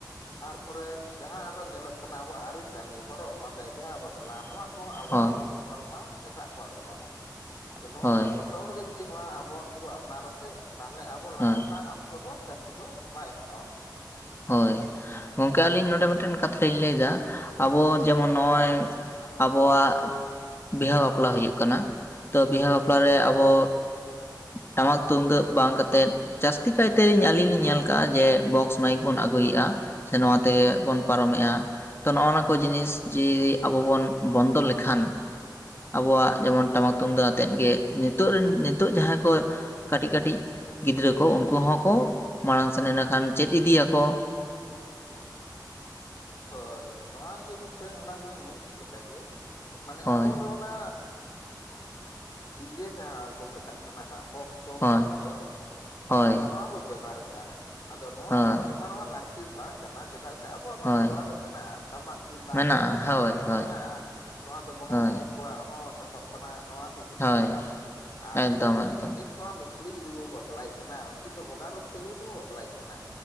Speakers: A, on the left; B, on the left.
A: ᱛᱟᱨᱯᱚᱨᱮ ᱡᱟᱦᱟᱸ ᱟᱨᱚ ᱧᱮᱞᱚᱜ ᱠᱟᱱᱟ ᱟᱵᱚᱣᱟᱜ ᱟᱹᱨᱤᱪᱟᱹᱞᱤ ᱦᱚᱨᱚᱜ ᱵᱟᱸᱫᱮ ᱵᱤᱦᱟ ᱵᱟᱯᱞᱟ ᱱᱚᱣᱟ᱾ <unintelligible> ᱟᱵᱚᱣᱟᱜ
B: ᱦᱚᱸ
A: ᱜᱮᱵᱚ ᱵᱮᱵᱚᱦᱟᱨ ᱢᱟ ᱮᱴᱟᱜ ᱠᱚᱣᱟᱜ ᱫᱚ ᱵᱟᱝᱟ ᱟᱫᱚ ᱱᱚᱜᱼᱚᱼᱼ
B: ᱦᱳᱭ
A: ᱡᱚᱛᱚ ᱦᱚᱲ ᱜᱮ ᱡᱩᱫᱤ ᱱᱚᱣᱟ ᱟᱵᱚᱣᱟᱜ ᱜᱮᱵᱚ ᱟᱯᱱᱟᱨᱟᱥᱮ ᱛᱟᱦᱚᱞᱮ ᱟᱵᱚ ᱞᱟᱦᱟᱜ
B: ᱦᱳᱭ
A: ᱨᱮᱱᱟᱜᱼᱼ ᱛᱮᱫᱚ ᱡᱟᱥᱛᱤ ᱫᱚ ᱵᱟᱭ ᱦᱟᱛᱟᱣᱟ
B: ᱦᱳᱭ ᱜᱚᱝᱠᱮ ᱟᱹᱞᱤᱧ ᱱᱚᱰᱮ ᱢᱤᱫᱴᱟᱹᱱ ᱠᱟᱛᱷᱟ ᱞᱤᱧ ᱞᱟᱹᱭᱫᱟ ᱟᱵᱚ ᱡᱮᱢᱚᱱ ᱱᱚᱜᱼᱚᱭ ᱟᱵᱚᱣᱟᱜ ᱵᱤᱦᱟ ᱵᱟᱯᱞᱟ ᱦᱩᱭᱩᱜ ᱠᱟᱱᱟ ᱛᱚ ᱵᱤᱦᱟ ᱵᱟᱯᱞᱟ ᱨᱮ ᱟᱵᱚᱼᱼ ᱴᱟᱢᱟᱠ ᱛᱩᱢᱫᱟᱹᱜ ᱵᱟᱝ ᱠᱟᱛᱮᱫ ᱪᱟᱥᱛᱤ ᱠᱟᱭᱛᱮ ᱤᱧ ᱟᱞᱤᱧ ᱞᱤᱧ ᱧᱮᱞ ᱠᱟᱜ-ᱟ ᱡᱮ ᱵᱚᱠᱥᱼᱼ ᱢᱟᱭᱤᱠ ᱵᱚᱱ ᱟᱹᱜᱩᱭᱮᱜᱼᱟ ᱥᱮ ᱱᱚᱣᱟ ᱛᱮᱜ ᱵᱚᱱ ᱯᱟᱨᱚᱢᱮᱜᱼᱟ᱾ ᱛᱚ ᱱᱚᱜᱼᱱᱚᱣᱟ ᱠᱚ ᱡᱤᱱᱤᱥ ᱡᱤᱡᱮ ᱟᱵᱚ ᱵᱚᱱ ᱵᱚᱱᱫᱚ ᱞᱮᱠᱷᱟᱱ ᱟᱵᱚᱣᱟᱜ ᱡᱮᱢᱚᱱ ᱴᱟᱢᱟᱠ ᱛᱩᱢᱫᱟᱜ ᱟᱛᱮᱫ ᱜᱮ ᱱᱤᱛᱚᱜ ᱨᱤᱱ ᱱᱤᱛᱚᱜ ᱡᱟᱦᱟᱸᱭ ᱠᱚᱼᱼ ᱠᱟᱹᱴᱤᱡ ᱠᱟᱹᱴᱤᱡ ᱜᱤᱫᱽᱨᱟᱹ ᱠᱚ ᱩᱱᱠᱩ ᱦᱚᱸᱠᱚ ᱢᱟᱲᱟᱝ ᱥᱮᱱ ᱮᱸᱰᱮᱠᱷᱟᱱ ᱪᱮᱫ ᱤᱫᱤᱭᱟᱠᱚ᱾
A: ᱦᱳᱭ ᱱᱚᱣᱟ ᱜᱮ ᱢᱤᱫᱴᱟᱹᱝ ᱚᱱᱟ ᱜᱮᱞᱤᱧ ᱢᱮᱱ ᱠᱮᱫ ᱞᱮ ᱞᱮᱠᱟᱜᱮ ᱢᱟᱱᱮ
B: ᱦᱳᱭ
A: ᱟᱵᱚ ᱫᱚ ᱚᱱᱟ᱾ ᱰᱤᱡᱮ ᱡᱟᱦᱟᱸ ᱵᱚ ᱢᱮᱛᱟᱜ ᱠᱟᱱᱟ ᱦᱟᱸᱜ ᱵᱚᱠᱥ ᱠᱚ
B: ᱦᱳᱭ
A: ᱢᱟᱭᱤᱠ ᱠᱚ
B: ᱦᱳᱭ
A: ᱟᱫᱚ ᱱᱚᱣᱟ᱾ ᱵᱮᱣᱦᱟᱨᱮᱜᱼᱟ ᱟᱫᱚ ᱱᱚᱣᱟ
B: ᱦᱳᱭ
A: ᱫᱚ ᱵᱮᱣᱦᱟᱨᱚᱜᱼᱟ ᱞᱟᱹᱠᱛᱤ ᱵᱟᱝᱼᱼ ᱠᱟᱱᱟ ᱪᱮᱫᱟᱜ ᱥᱮ ᱟᱵᱚᱣᱟᱜ ᱢᱟ
B: ᱦᱳᱭ
A: ᱥᱮᱨᱣᱟ ᱨᱮ ᱢᱮᱱᱟᱜᱼᱟ ᱴᱟᱢᱟᱠ ᱛᱩᱢᱫᱟᱜ᱾
B: ᱢᱮᱱᱟᱜᱼᱟ ᱦᱳᱭ ᱦᱳᱭ
A: ᱢᱮᱱᱟᱜᱼᱟ ᱱᱚᱣᱟ ᱫᱚ ᱵᱚᱸᱜᱟ
B: ᱦᱳᱭ
A: ᱵᱩᱨᱩ ᱠᱚᱣᱟᱜ ᱦᱚᱸ ᱥᱟᱯᱟᱵ ᱠᱟᱱᱟ ᱱᱚᱣᱟ ᱠᱚᱼᱼ ᱠᱩᱥᱤᱭᱟᱜᱼᱟ
B: ᱦᱳᱭ
A: ᱟᱨ
B: ᱮᱠᱫᱚᱢ
A: ᱪᱮᱫᱟᱜ ᱥᱮᱼᱼ
B: ᱮᱠᱫᱚᱢ
A: ᱢᱤᱫ ᱠᱚᱲᱟ ᱢᱤᱫ ᱠᱩᱲᱤ ᱡᱩᱫᱤ ᱵᱚ ᱵᱟᱯᱞᱟᱭᱮᱫ ᱠᱤᱱᱟ ᱩᱱᱠᱤᱱ ᱫᱚ ᱵᱚᱸᱜᱟ ᱨᱩᱯ ᱛᱮᱜᱮ ᱛᱚᱵᱚ ᱵᱟᱯᱞᱟᱭᱮᱫ ᱠᱤᱱᱟ᱾